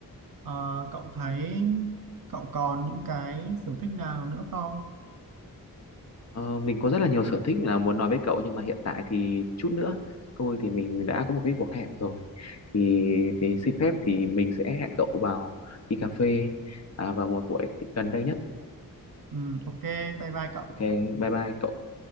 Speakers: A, on the right; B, on the left.
A: ờ, cậu thấy cậu còn những cái sở thích nào nữa không?
B: Ờ, mình có rất là nhiều sở thích là muốn nói với cậu nhưng mà hiện tại thì chút nữa thôi thì mình đã có một cái cuộc hẹn rồi thì thì xin phép thì mình sẽ hẹn cậu vào đi cà phê à, vào một buổi gần đây nhất
A: Ừ, ok, bye bye cậu.
B: ok bye bye cậu